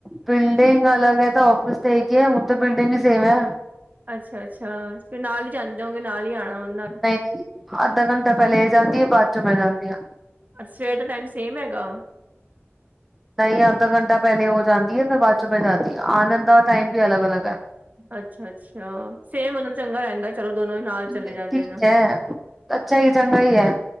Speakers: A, in the centre; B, on the right.
A: ਬਿਲਡਿੰਗ ਅਲਗ ਹੈ, ਤਾਂ ਔਫਿਸ ਤੇ ਕੀ ਹੀ ਹੈ ਹੁਣ ਤਾਂ ਬਿਲਡਿੰਗ ਵੀ ਸੇਮ ਹੈ।
B: ਅੱਛਾ, ਅੱਛਾ ਫਿਰ ਨਾਲ ਹੀ ਜਾਂਦੇ ਹੋਗੇ ਨਾਲ ਹੀ ਆਉਣਾ।
A: ਨਹੀਂ, ਨਹੀਂ ਅੱਧਾ ਘੰਟਾ ਪਹਿਲੇ ਇਹ ਜਾਂਦੀ ਹੈ, ਬਾਅਦ ਚੋਂ ਮੈਂ ਜਾਂਦੀ ਹਾਂ।
B: ਸਵੇਰ ਦਾ ਟਾਈਮ ਸੇਮ ਹੈਗਾ।
A: ਨਹੀਂ ਅੱਧਾ ਘੰਟਾ ਪਹਿਲੇ ਹੋ ਜਾਂਦੀ ਹੈ, ਫੇਰ ਬਾਅਦ ਚੋਂ ਬਹਿ ਜਾਦੀ ਆਣ ਦਾ ਟਾਈਮ ਵੀ ਅਲੱਗ, ਅਲੱਗ ਹੈ।
B: ਅੱਛਾ, ਅੱਛਾ ਸੇਮ ਹੋ ਜਾਦਾਂ ਚੰਗਾ ਰਹਿੰਦਾ। ਚਲੋ ਦੋਨੋਂ ਹੀ ਨਾਲ ਚਲੇ
A: ਨਹੀਂ
B: ਜਾਂਦੇ
A: ਠੀਕ
B: ਨੇ,
A: ਹੈ, ਅੱਛਾ ਹੀ ਚੰਗਾ ਹੀ ਹੈ।